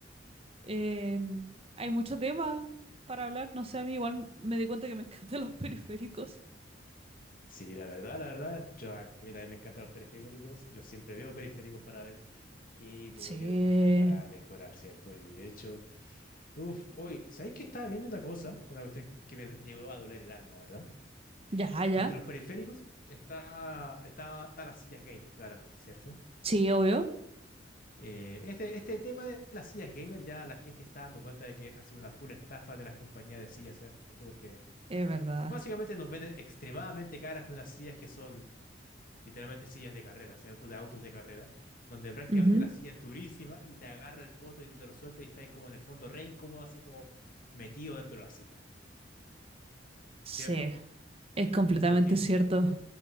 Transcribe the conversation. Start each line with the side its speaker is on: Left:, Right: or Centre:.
Right: eh, hay mucho tema para hablar, no sé, a mí igual me di cuenta que me <laughs> encantan los periféricos.
Left: Sí, la verdad, la verdad, yo a mí también me encantan los periféricos. Yo siempre veo periféricos para ver qué podría
Right: Sí,
Left: utilizar para mejorar, ¿cierto? Y de hecho, uff, hoy, ¿sabéis que estaba viendo una cosa? Una cuestión que me llegó a doler el alma, la verdad.
Right: ya, ya,
Left: Entre los periféricos está, está, está las sillas gamer, claramente, ¿cierto?
Right: sí, obvio,
Left: Eh, este, este tema de las sillas gamer ya la gente está dando cuenta de que ha sido una full estafa de las compañías de sillas, ¿cierto? Porque
Right: es verdad.
Left: básicamente nos venden extremadamente caras unas sillas que son literalmente sillas de carrera, o sea, autos de autos de carrera, donde prácticamente
Right: Ujú.
Left: la silla es durísima y te agarra el poto y no te lo suelta y estáis como en el fondo re incómodo, así como metido dentro de la silla,
Right: Sí,
Left: ¿cierto?
Right: es completamente
Left: Porque,
Right: cierto.